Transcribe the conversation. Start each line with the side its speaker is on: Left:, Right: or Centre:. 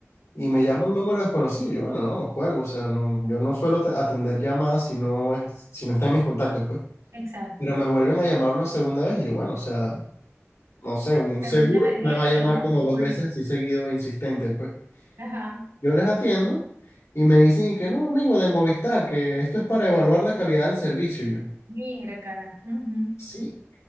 Left: Y me
Right: Ajá,
Left: llama un número desconocido. y yo, bueno, no, cuelgo. O sea, no, yo no suelo te- atender llamadas si no es, si no está en mis contactos, pues.
Right: exacto.
Left: Pero me vuelven a llamar una segunda vez y yo, bueno, o sea, no sé, un
Right: Pero
Left: seguro
Right: una emergencia,
Left: me va a llamar
Right: uno
Left: como
Right: se pone.
Left: dos veces así seguido, insistente, pues.
Right: Ajá.
Left: Yo les atiendo y me dicen y que no, amigo, de Movistar, que esto es para evaluar la calidad del servicio. Y yo,
Right: Mira, cara. Ujú.
Left: sí.